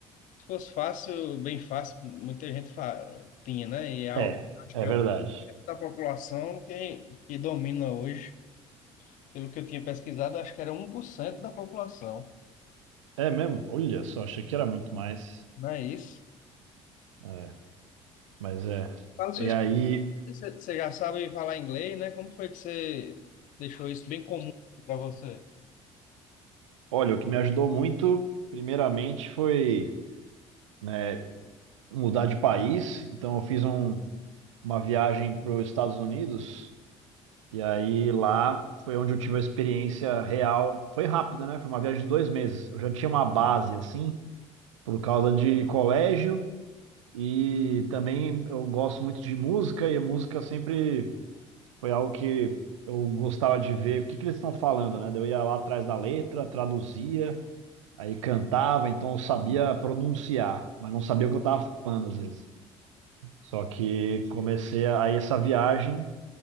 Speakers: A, on the left (about 55°); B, on the right (about 85°).
A: se fosse fácil, bem fácil, muita gente fa- tinha, né? E é algo,
B: É,
A: que acho
B: é
A: que
B: verdade.
A: é o da população que, que domina hoje. Pelo que eu tinha pesquisado, acho que era um por cento da população,
B: É mesmo? Olha só, achei que era muito mais.
A: não é isso?
B: É, mas é.
A: Fala sua
B: E aí,
A: experiência, você já sabe falar inglês, né? Como foi que você deixou isso bem comum para você?
B: Olha, o que me ajudou muito, primeiramente, foi, né, mudar de país. Então, eu fiz um- uma viagem para os Estados Unidos, e aí lá foi onde eu tive a experiência real. Foi rápida, né? Foi uma viagem de dois meses. Eu já tinha uma base, assim, por causa de colégio, e também eu gosto muito de música, e a música sempre foi algo que eu gostava de ver o que que eles estão falando, né? Daí Eu ia lá atrás da letra, traduzia. Aí cantava, então eu sabia pronunciar, mas não sabia o que eu estava falando às vezes. Só que comecei a, aí essa viagem,